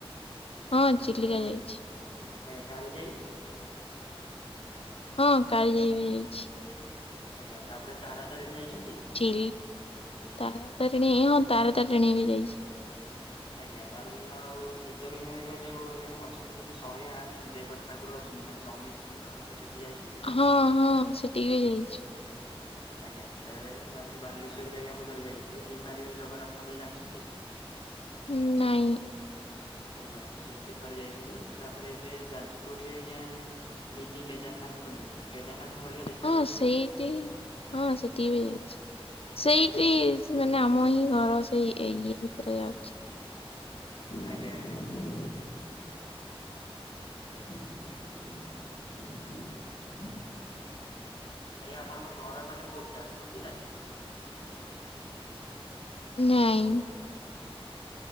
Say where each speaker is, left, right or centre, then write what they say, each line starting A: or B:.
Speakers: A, on the left; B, on the left.
A: ହଁ ଚିଲିକା ଯାଇଛି।
B: ଆଜ୍ଞା କାଳିଯାଇ।
A: ହଁ କାଳି ଯାଇ ବି ଯାଇଛି।
B: ଆଜ୍ଞା ତାପରେ ତାରାତାରିଣୀ ଯାଇଛନ୍ତି?
A: <unintelligible> ତାର ତାରିଣୀ ହଁ ତାରା ତାରିଣୀ ବି ଯାଇଛି।
B: ଆଜ୍ଞା ତାପରେ ହେଲା ଆଉ ସିଦ୍ଧ ବିନାୟକ। ଯୋଉ ଆଜ୍ଞା ଅଛନ୍ତି ସେଠି ଶହେ ଆଠ ଦେବ ଠାକୁର ଅଛନ୍ତି ମାନେ ସମିସ୍ତଙ୍କର ତ ସେଠି ଯାଇଛନ୍ତି।
A: ହଁ ହଁ ସେଠିକି ବି ଯାଇଛି।
B: ଆଜ୍ଞା ସେଟା ଯାଇଛନ୍ତି ତାପରେ ବାଲେସ୍ୱର ବି ଆଜ୍ଞା ମୁଁ ଥରେ ଯାଇଥିଲି। ଇମା ବି ଜଗନ୍ନାଥ ମନ୍ଦିର ଜାଣିଛନ୍ତି।
A: ଉଁ ନାଇଁ।
B: ଆଜ୍ଞା ତ ସେଠି ଥରେ ଯାଇଥିଲି। ତାପରେ ଏବେ ଯାଜପୁର ରେ ଆଜ୍ଞା ମିନି କେଦାରନାଥ ଖୋଲିଛି। କେଦାରନାଥ ଭଳିଆ ଦେଖା
A: ହଁ
B: ଯାଉଛି
A: ସେଇଠି ହଁ ସେଠିକି ବି ଯାଇଛି। ସେଇଠି
B: ଆଜ୍ଞା
A: ମାନେ ଆମ ହିଁ ଘର ସେଇ ଏଇ ଇଏ ଭିତରେ ଯାଉଛି।
B: ଆଜ୍ଞା ଆଜ୍ଞା। <inaudible> ଆଜ୍ଞା ଆପଣଙ୍କ ଘର ମାନେ କୋଉଠି ଯାଜପୁର ଜିଲ୍ଲାରେ?
A: ନାଇଁ।